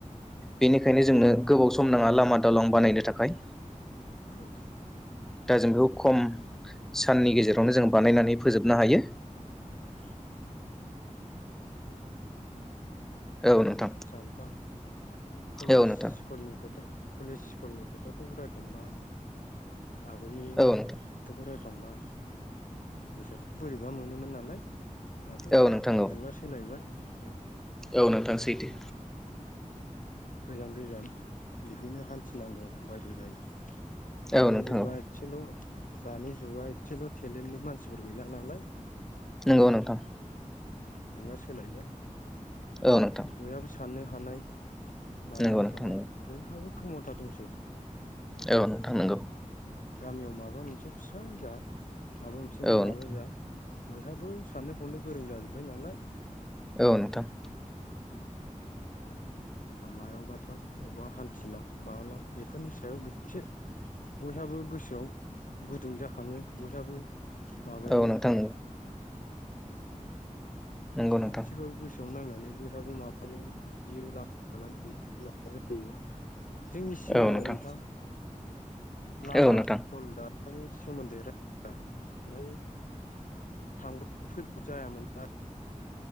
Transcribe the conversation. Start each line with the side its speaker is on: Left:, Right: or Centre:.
Centre: बेनिखायनो
Left: उम
Centre: जोंनो गोबाव सम नाङा लामा दालां बानायनो थाखाय।
Left: उम
Centre: दा जों बेखौ खम साननि गेजेरावनो जों बानायनानै फोजोबनो हायो।
Left: उम
Centre: औ नोंथां
Left: आतसा नोंथां कलेज
Centre: औ नोंथां
Left: स्कुलनि‌ खोथा कलेज स्कुलनि खोथाखौ रायखांबा आगोलनि
Centre: औ नोंथां
Left: खोथाखौ राय खांबा‌ गोसोआथ‌' बोरैबा मोनोमोन नालाय। दाथ'
Centre: औ
Left: दा
Centre: नोंथां औ
Left: जुगा सोलायबाय उ।
Centre: औ नोंथां सैथो।
Left: गोजान गोजान बिदिनो हान्थिनांगौ बायद' जायो। दानि
Centre: औ नोंथां
Left: जुगा‌
Centre: औ
Left: एदसेल' दानि जुगा एदसेल टेलेन्टनि मानसिफोर गैला नालाय।
Centre: नोंगौ नोंथां।
Left: उ जुगा सोलायबाय।
Centre: औ नोंथां।
Left: बयहाबो साननो हानाय माबानो
Centre: नंगौ नोंथां
Left: हानाय बयहाबो खोम'था दंसै।
Centre: औ नोंथां नोंगौ।
Left: गामियाव माबा मोनसे फिसा जा माबा मोनसे
Centre: औ
Left: माबा
Centre: नोंथां
Left: जा बयहाबो साननो हनो गोरों जाजोब्बाय नालाय।
Centre: औ नोंथां।
Left: उम एबा मायावबा थां अबेबा हान्थिलां माब लां बे बेफोरनि सायाव एदसे बयहाबो गोसोआव गुदुं जाखाङो बयहाबो माबायो
Centre: औ नोंथां उम। नंगौ नोंथां
Left: एदसेबाबो गोसोआव नांनानै बयहाबो माबायो <inaudible> <inaudible> जायो जोंनि सिगाङाव
Centre: औ नोंथां
Left: अनथां लामा
Centre: औ नोंथां
Left: स्कल दानि सोमोन्दै <inaudible> आमफाय थांब्रब फैब्रब जायामोन ना।